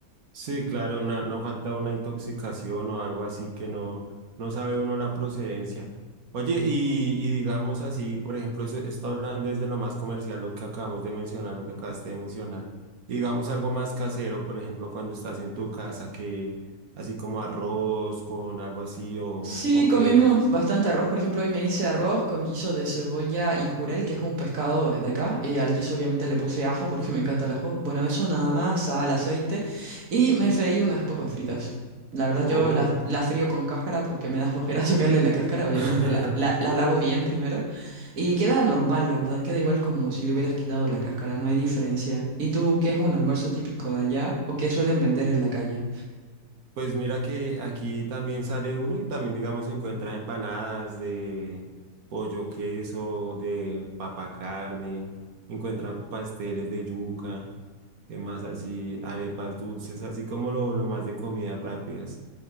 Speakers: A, on the right (about 80°); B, on the right (about 70°).
A: Sí, claro, una- no falta una intoxicación o algo así que no, no sabe uno la procedencia. Oye, y, y digamos así, por ejemplo, eso está hablando desde lo más comercial, lo que acabamos de mencionar, lo que acabaste de mencionar. Y digamos algo más casero, por ejemplo, cuando estás en tu casa, que así como arroz con algo así o, o
B: Sí, comimos
A: que...
B: bastante arroz. Por ejemplo, hoy me hice arroz con guiso de cebolla y jurel, que es un pescado eh, de acá. Eh, al guiso obviamente le puse ajo porque <laughs> me encanta el ajo. Bueno, eso nada más, sal, aceite. Y me freí unas papas fritas. La verdad, yo
A: Oh.
B: las, las frío con cáscara porque me da flojera <laughs> sacarle la cáscara. Obviamente
A: <laughs>
B: la, la, la lavo bien primero. Y queda normal, la verdad. Queda igual como si le hubieras quitado la cáscara. No hay diferencia. ¿Y tú qué es un almuerzo típico de allá o qué suelen vender en la calle?
A: Pues mira que aquí también sale uno y también, digamos, se encuentra empanadas de pollo queso, de papa carne, encuentra pasteles de yuca, demás así, arepas dulces, así como lo, lo más de comidas rápidas.